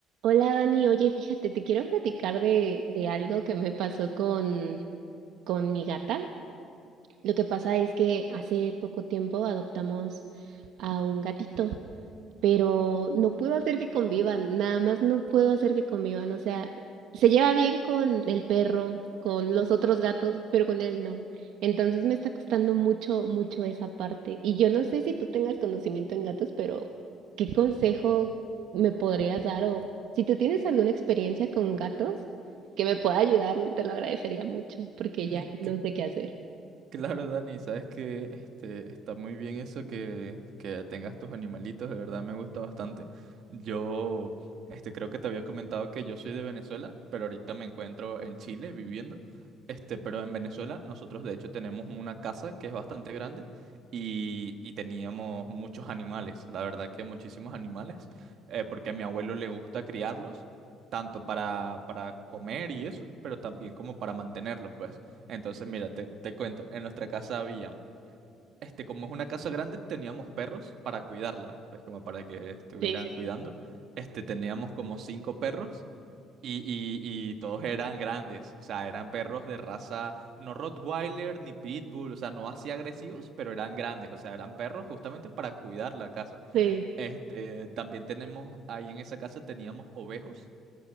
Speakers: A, on the right; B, on the right.
A: Hola Dani, oye, fíjate, te quiero platicar de, de algo que me pasó con, con mi gata. Lo que pasa es que hace poco tiempo adoptamos a un gatito pero no puedo hacer que convivan, nada más no puedo hacer que convivan, o sea, se lleva bien con el perro, con los otros gatos, pero con él no. Entonces me está costando mucho, mucho esa parte. Y yo no sé si tú tengas conocimiento en gatos, pero ¿qué consejo me podrías dar? O si tú tienes alguna experiencia con gatos que me pueda ayudar, te lo agradecería mucho, porque
B: <laughs>
A: ya no
B: Que-
A: sé qué hacer.
B: Claro, Dani, sabes que este, está muy bien eso que, que tengas tus animalitos, de verdad me gusta bastante. Yo este, creo que te había comentado que yo soy de Venezuela, pero ahorita me encuentro en Chile viviendo. Este, pero en Venezuela nosotros de hecho tenemos una casa que es bastante grande y, y teníamos muchos animales, la verdad que muchísimos animales, eh, porque a mi abuelo le gusta criarlos, tanto para, para comer y eso, pero también como para mantenerlos, pues. Entonces, mira, te, te cuento, en nuestra casa había, este, como es una casa grande, teníamos perros para cuidarla, pues como para que estuvieran
A: Sí, sí.
B: cuidando. Este, teníamos como cinco perros y, y- y todos eran grandes, o sea, eran perros de raza, no Rottweiler ni Pitbull, o sea, no así agresivos, pero eran grandes, o sea, eran perros justamente para cuidar la casa.
A: Sí.
B: Este, también tenemos, ahí en esa casa teníamos ovejos